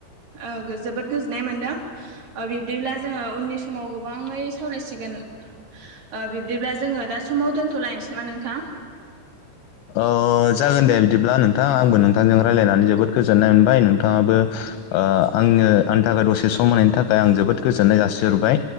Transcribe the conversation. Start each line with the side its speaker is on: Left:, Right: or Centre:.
Right: ओ जोबोद गोजोननाय मोनदों ओ बिब्दिब्ला जोङो उननि समाव गोबाङै सावरायसिगोन ओ बिब्दिब्ला जोङो दा समाव दोनथ'लायनोसै नामा नोंथां?
Left: अ जागोन दे बिदिब्ला नोंथां आंबो नोंथांजों रायजलायनानै जोबोद गोजोननाय मोनबाय नोंथां ङाबो आंनो आंनि थाखाय दसे सम होनायनि थाखाय आं जोबोद गोजोननाय जासिहरबाय।